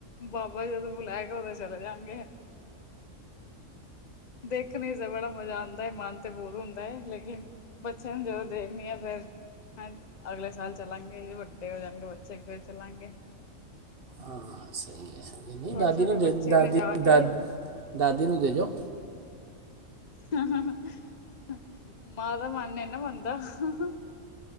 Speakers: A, on the left; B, on the right.
A: ਬਾਬਾ ਜਦੋਂ ਬੁਲਾਇ ਕੇ ਉਦੋਂ ਚਲੇ ਜਾਗੇ ਦੇਖਣੀ ਤੇ ਬੜਾ ਮਜ਼ਾ ਆਉਂਦਾ ਹੈ ਮਨ ਤੇ ਬਹੁਤ ਹੁੰਦਾ ਹੈ ਲੇਕਿਨ ਬੱਚਿਆਂ ਨੂੰ ਜਦੋਂ ਦੇਖਣੀ ਆ ਫੇਿਰ ਹ ਅਗਲੇ ਸਾਲ ਚੱਲਾਂਗੇ ਵੱਡੇ ਹੋ ਜਾਣਗੇ ਬੱਚੇ ਫਿਰ ਚੱਲਾਂਗੇ
B: ਹਾਂ ਸਹੀ ਹੈ ਨਹੀਂ
A: ਛੋਟੇ
B: ਦਾਦੀ
A: ਛੋਟੇ
B: ਨੂੰ
A: ਬੱਚੇ
B: ਦੇਦੀ
A: ਲਿਜਾ
B: ਦਾ
A: ਕੇ
B: ਦਾਦੀ ਨੂੰ ਦੇਜੋ
A: <unintelligible> ਮਾਂ ਦਾ ਮਨ ਨਾ ਮੰਨਦਾ ਹਾਂ ਹ